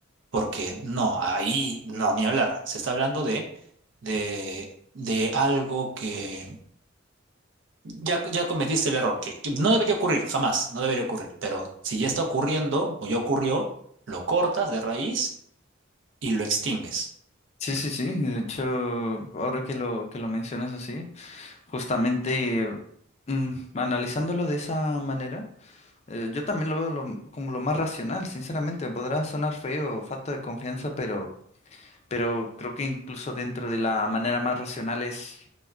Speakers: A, on the right (about 65°); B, on the left (about 35°).
A: porque no, ahí no, ni hablar. Se está hablando de, de, de algo que ya, ya cometiste el error, que, que no debería ocurrir, jamás, no debería ocurrir. Pero si ya está ocurriendo o ya ocurrió, lo cortas de raíz y lo extingues.
B: Sí, sí, sí. De hecho, ahora que lo, que lo mencionas así. Justamente, mm, analizándolo de esa manera, eh, yo también lo veo lo- como lo más racional, sinceramente. Podrá sonar feo o falta de confianza, pero, pero creo que incluso dentro de la manera más racional es